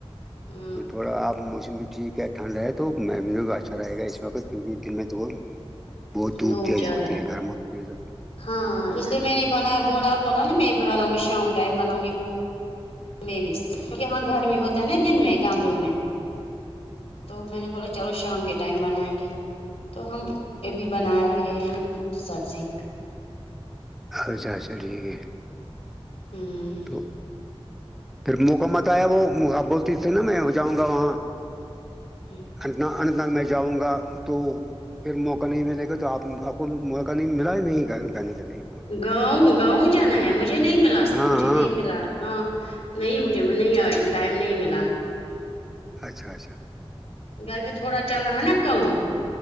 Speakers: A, on the left; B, in the centre.
A: ہ
B: تو تھوڑا آپ موسم بھی ٹھیک ہے ٹھنڈ ہے تو م اچھا رہےا اس وقت کیونکہ دن میں تو وہ بہت
A: دھوپ
B: تیز
A: زیادہ
B: ہوتی ہے گرم ہوتی ہے
A: ہاں اس تو میں نے بنا بونا بولنا نا میں بھی بناؤ گی شام ٹائم بناؤں گی میں بھی اس کیونکہ یہاں گھر میں ہوتا ہے نا دن میں گامروں میں تو میں نے بولا چلو شام کے ٹائم بنائیں گے تو ہم ابھی بنا رہے ہیں سبزی
B: اچھا اچھا ٹھیک ہے
A: ہوں
B: تو پھر موقع مت آیا وہ آپ بولتی نا فلم میں جاؤں گا وہاں
A: جی
B: انتا انن <unintelligible> میں جاؤں گا تو پھر موقع نہیں ملے گا تو آپ آپ کو موقع نہیں ملا نہیں گھر جانے کے لیے
A: گاؤں گاؤں جانا ہے مجھے نہیں ملا
B: ہاں
A: مجھے
B: ہاں
A: نہیں ملا ہ نہیں مجھے مج میں نہیں آ ٹائم نہیں ملا
B: اچھا اچھا
A: گھر میں تھوڑا چل رہا نا کام